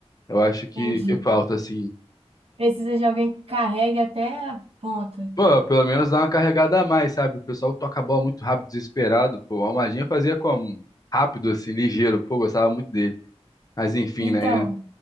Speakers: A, on the left; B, on the right.
A: Eu acho que,
B: entendi.
A: que falta, assim...
B: Precisa de alguém que carregue até a ponta, então.
A: Pô, pelo menos dá uma carregada a mais, sabe? O pessoal toca a bola muito rápido, desesperado. Pô, o Almadinha fazia como? Rápido, assim, ligeiro. Pô, gostava muito dele. Mas enfim,
B: Então.
A: né?